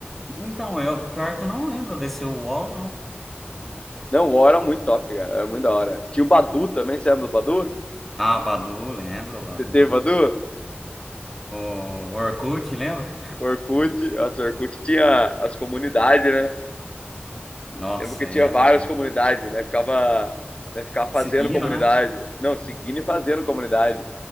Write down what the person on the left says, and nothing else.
Não, o UOL era muito top, cara, era muito da hora. Tinha o Badu também, você lembra do Badu?
Você teve Badu?
O Orkut, nossa, o Orkut tinha as comunidades, né?
Lembro que tinha
várias comunidades, né? Ficava, né? Ficava
fazendo comunidade.
Não, seguindo e fazendo comunidade.